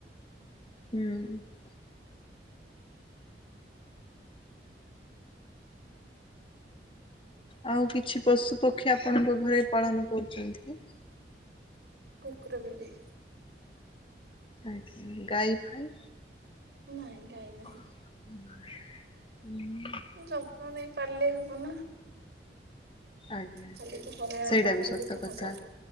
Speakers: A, on the left; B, on the right.
A: ହୁଁ। ଆଉ କିଛି ପଶୁ ପକ୍ଷୀ ଆପଣଙ୍କ ଘରେ ପାଳନ କରୁଛନ୍ତି।
B: କୁକୁର ବିଲେଇ।
A: ଆଜ୍ଞା ଗାଈଫାଇ?
B: ନାଇଁ ଗାଈ ନାହିଁ।
A: ହ ହୁଁ
B: ଯତ୍ନ ନେଇ ପାରିଲେ ହବ ନା।
A: ଆଜ୍ଞା ଆଜ୍ଞା
B: ଖାଲି ଘରେ ଆଣି
A: ସେଇଟା
B: ବାନ୍ଧିଲେ
A: ବି ସତ
B: କଣ
A: କଥା
B: ହବ